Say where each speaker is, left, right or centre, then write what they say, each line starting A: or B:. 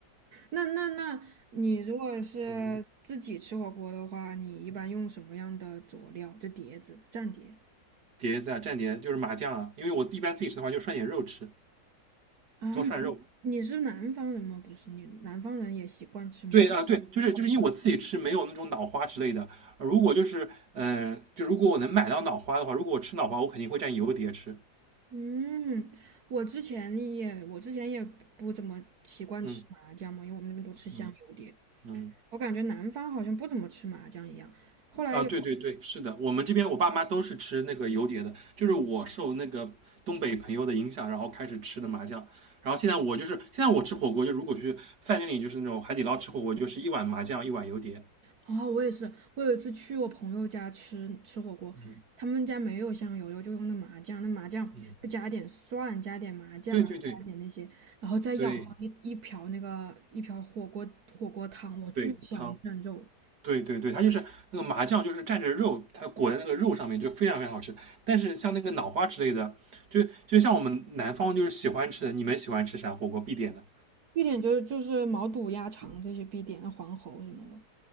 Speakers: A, on the right; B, on the right.
A: 那那那你如果是自己吃火锅的话，
B: 嗯，
A: 你一般用什么样的佐料？就碟子、蘸碟
B: 碟子啊蘸碟就是麻酱啊，因为我一般自己吃的话就涮点肉吃，
A: 啊？
B: 多涮肉。
A: 你你是南方人吗？不是，你南方人也习惯吃麻。
B: 对啊，对，就是就是因为我自己吃没有那种脑花之类的，如果就是嗯、呃就如果我能买到脑花的话，如果我吃脑花，我肯定会蘸油碟吃。
A: 嗯，我之前也我之前也不怎么习惯吃麻酱嘛，
B: 嗯
A: 因为我们那边都吃香油碟，
B: 嗯嗯。
A: 我感觉南方好像不怎么吃麻酱一样。后来有
B: 啊，对对对，是的，我们这边我爸妈都是吃那个油碟的，就是我受那个东北朋友的影响，然后开始吃的麻酱，然后现在我就是现在我吃火锅，就如果去饭店里就是那种海底捞吃火锅，就是一碗麻酱，一碗油碟，
A: 啊，我也是，我有一次去我朋友家吃吃火锅，
B: 嗯
A: 他们家没有香油，就就用的麻酱，那麻酱就加点蒜，
B: 嗯，
A: 加点麻酱，
B: 对对对
A: 然后加点那些，然后再舀上一一瓢那个一瓢火锅火锅汤，
B: 对
A: 哇，巨香蘸肉。
B: 对，汤，对对对，它就是那个麻酱，就是蘸着肉，它裹在那个肉上面，就非常非常好吃。但是像那个脑花之类的，就就像我们南方就是喜欢吃的，你们喜欢吃啥火锅必点的？
A: 必点就是就是毛肚、鸭肠这些必点，那黄喉什么的。